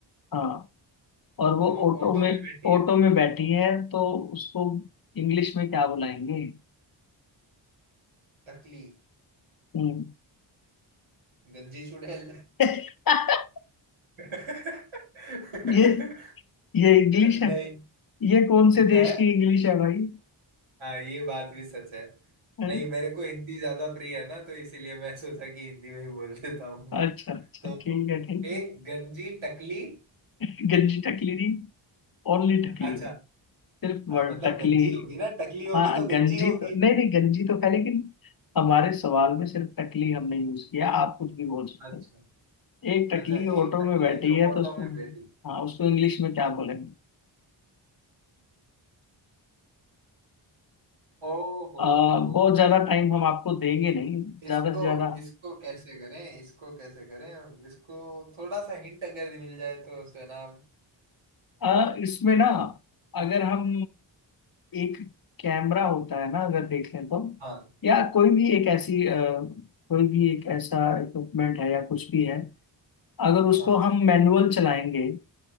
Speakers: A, on the left; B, on the right.
A: हाँ और वो
B: और वो
A: ऑटो
B: ऑटो
A: में
B: में बैठी
A: ऑटो
B: है
A: में बैठी है तो उसको इंग्लिश में क्या बुलाएंगे
B: टकली
A: हम्म
B: गंजी चुड़ैल
A: <laughs>
B: <laughs>
A: ये ये इंग्लिश
B: नहीं
A: है ये कौन से देश
B: है
A: की इंग्लिश है भाई
B: हाँ ये बात भी सच है
A: हैं?
B: नहीं मेरे को हिंदी ज्यादा प्रिय है ना तो इसीलिए मैं सोचा कि हिंदी में ही बोल देता हूँ
A: अच्छा अच्छा
B: तो
A: ठीक है ठीक
B: एक गंजी टकली
A: है गंजी टकली नहीं ओनली टकली
B: अच्छा
A: सिर्फ
B: हाँ,
A: वर्ड
B: मतलब
A: टकली
B: गंजी होगी ना टकली होगी
A: हाँ
B: तो गंजी
A: गंजी
B: होगी
A: तो नहीं नहीं गंजी तो खाई लेकिन हमारे सवाल में सिर्फ टकली हमने यूज किया आप कुछ भी बोल सकते
B: अच्छा
A: हो एक टकली
B: अच्छा एक
A: ऑटो
B: टकली
A: में बैठी
B: जो
A: है
B: ऑटो
A: तो उसको
B: में बैठी
A: हाँ उसको इंग्लिश में क्या बोलेंगे
B: ओ हो
A: आ,
B: हो हो
A: बहुत ज्यादा टाइम हम आपको देंगे नहीं
B: इसको
A: ज्यादा से ज्यादा
B: इसको कैसे करें इसको कैसे करें इसको थोड़ा सा हिंट अगर मिल जाए तो सुना
A: आ, इसमें ना अगर हम एक कैमरा होता है ना अगर देख लें तो
B: हाँ
A: या कोई भी एक ऐसी आ, कोई भी एक ऐसा इक्विपमेंट है या कुछ भी है अगर उसको
B: हाँ
A: हम मैनुअल चलाएंगे